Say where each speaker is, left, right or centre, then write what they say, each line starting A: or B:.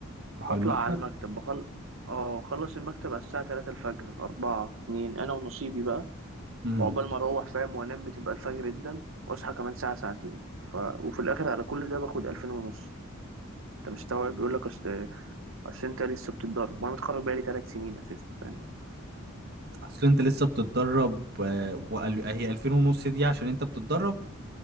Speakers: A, on the right; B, on the right.
A: تروح
B: واطلع
A: على المكتب
B: على المكتب بخل اه اخلص المكتب على الساعة تلاتة الفجر اربعة اتنين انا ونصيبي بقى
A: امم
B: وعقبال ما اروح فاهم وانام بتبقى الفجر جدا واصحى كمان ساعة ساعتين ف... وفي الاخر على كل ده باخد الفين ونص انت مستوعب بيقول لك اصل اصل انت لسه بتتدرب وانا متخرج بقالي ثلاث سنين اساسا فاهم
A: اصل انت لسه بتتدرب آه، وقال- هي 2000 ونص دي عشان انت بتتدرب